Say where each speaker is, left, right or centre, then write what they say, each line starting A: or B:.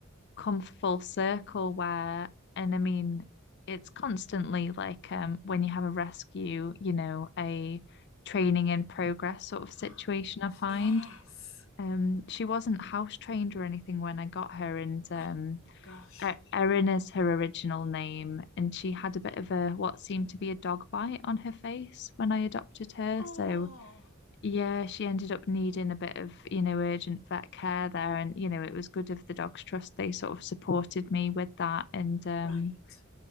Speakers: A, on the left (about 55°); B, on the left (about 70°).
A: come full circle where, and I mean, it's constantly like um, when you have a rescue, you know, a training in progress sort of
B: <gasps>
A: situation, I
B: yes.
A: find. Um, she wasn't house trained or anything when I got her, and um,
B: Oh gosh.
A: E- Erin is her original name, and she had a bit of a what seemed to be a dog bite on her face when I adopted her.
B: Oh,
A: So yeah, she ended up needing a bit of, you know, urgent vet care there. And, you know, it was good of the Dogs Trust. They sort of supported me with that. And um,
B: right.